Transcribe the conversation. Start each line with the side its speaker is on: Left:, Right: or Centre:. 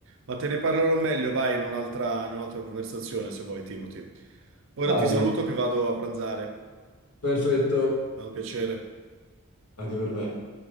Right: Ma te ne parlerò meglio, vai, in un'altra in un'altra conversazione se vuoi, Timothy. Ora
Left: Vai,
Right: ti saluto che vado a pranzare.
Left: perfetto,
Right: È un piacere.
Left: anche per me.